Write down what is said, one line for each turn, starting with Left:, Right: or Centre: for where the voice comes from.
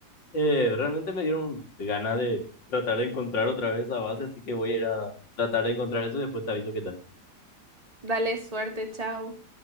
Left: Eh, realmente me dieron ganas de tratar de encontrar otra vez esa base, así que voy a ir a tratar de encontrar eso y después te aviso qué tal.
Right: Dale suerte, chao.